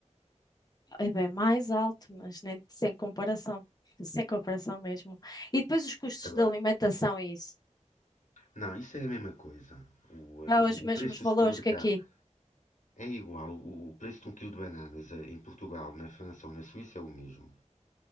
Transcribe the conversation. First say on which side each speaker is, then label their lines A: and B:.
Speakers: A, on the left; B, on the left.
A: É bem mais alto, mas nem sem comparação. Sem comparação mesmo. E depois os custos
B: Agora,
A: de alimentação e isso?
B: Não, isso é a mesma coisa. O, eh,
A: É
B: o-
A: os
B: o
A: mesmos
B: preço do supermercado
A: valores que aqui.
B: é igual. O, o preço de um quilo de bananas eh, em Portugal, na França ou na Suíça é o mesmo.